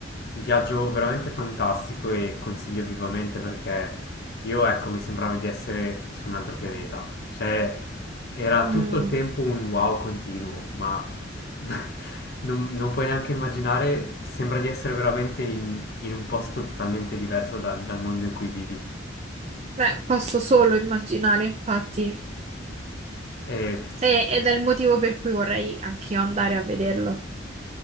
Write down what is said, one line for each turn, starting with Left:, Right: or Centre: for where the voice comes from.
Left: un viaggio veramente fantastico e consiglio vivamente perché io, ecco, mi sembrava di essere su un altro pianeta. Cioè, era
Right: Mm,
Left: tutto il tempo un wow continuo, ma <laughs> non, non puoi neanche immaginare, sembra di essere veramente in, in un posto totalmente diverso da- dal mondo in cui vivi.
Right: Beh, posso solo immaginare, infatti.
Left: E
Right: E- ed è il motivo per cui vorrei anch'io andare a vederlo.